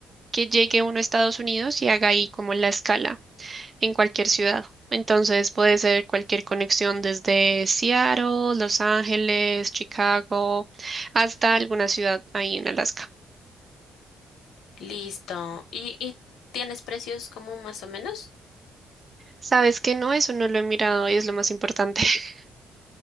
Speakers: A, on the right (about 30°); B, on the left (about 85°).
A: que llegue uno a Estados Unidos y haga ahí como la escala en cualquier ciudad. Entonces puede ser cualquier conexión desde Seattle, Los Ángeles, Chicago, hasta alguna ciudad ahí en Alaska.
B: Listo. ¿Y, y tienes precios como más o menos?
A: ¿Sabes que no? Eso no lo he mirado y es lo más importante. <laughs>